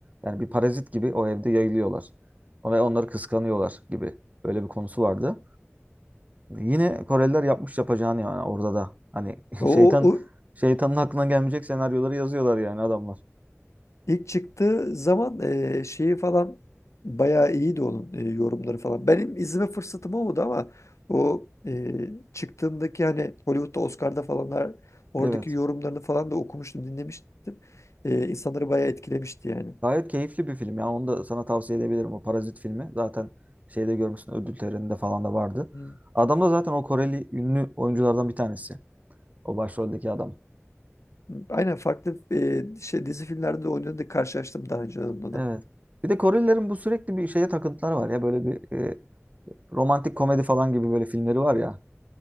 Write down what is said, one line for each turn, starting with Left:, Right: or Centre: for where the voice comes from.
Right: Yani bir parazit gibi o evde yayılıyorlar. Ve onları kıskanıyorlar gibi. Böyle bir konusu vardı. Yine Koreliler yapmış yapacağını yani orada da. Hani <laughs>
Left: O,
Right: şeytan
Left: o, o
Right: şeytanın aklına gelmeyecek senaryoları yazıyorlar yani adamlar.
Left: İlk çıktığı zaman eee, şeyi falan bayağı iyiydi onun eee, yorumları falan. Benim izleme fırsatım olmadı ama o eee, çıktığındaki hani Hollywood'da Oscar'da falanlar oradaki
Right: Evet.
Left: yorumlarını falan da okumuştum, dinlemiştim. Eee insanları bayağı etkilemişti yani.
Right: Gayet keyifli bir film. Yani onu da sana tavsiye edebilirim. O Parazit filmi. Zaten şeyde görmüşsün ödül töreninde falan da vardı.
Left: Hı.
Right: Adam da zaten o Koreli ünlü oyunculardan bir tanesi. O başroldeki adam.
Left: Aynen farklı eee, şey, dizi filmlerde de oynadı karşılaştım daha önce onunla
Right: Evet.
Left: da.
Right: Bir de Korelilerin bu sürekli bir şeye takıntılar var ya böyle bir e, romantik komedi falan gibi böyle filmleri var ya.